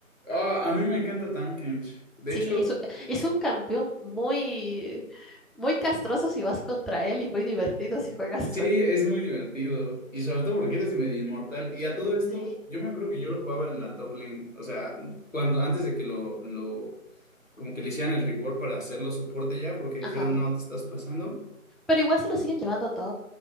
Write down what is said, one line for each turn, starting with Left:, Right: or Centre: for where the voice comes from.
Left: Ah, a mí me encanta Tankens. De
Centre: Sí,
Left: hecho,
Centre: es, u- es un campeón muy, muy castroso si vas contra él y muy divertido si juegas
Left: sí,
Centre: con él.
Left: es muy divertido. Y sobre todo porque eres medio inmortal. Y a todo esto,
Centre: Sí.
Left: yo me acuerdo que yo lo jugaba en la top lane. O sea, cuando antes de que lo... lo como que le hicieran el reward para hacerlo soporte ya, porque dijeron,
Centre: Ajá.
Left: no, te estás pasando.
Centre: Pero igual se lo siguen llevando top.